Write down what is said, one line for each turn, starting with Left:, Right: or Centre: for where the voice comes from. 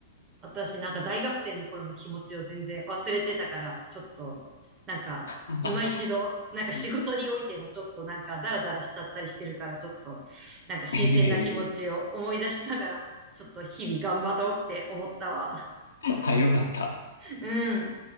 Right: 私なんか大学生の頃の気持ちを全然忘れてたから、ちょっと、なんか、
Left: <laughs>
Right: 今一度、なんか仕事においてもちょっとなんかダラダラしちゃったりしてるから、
Left: うん
Right: ちょっと、なんか新鮮な気持ちを思い出しながら、
Left: いやいやい
Right: ちょっと日々頑張ろうって思ったわ。
Left: や。はいよかった。
Right: うん。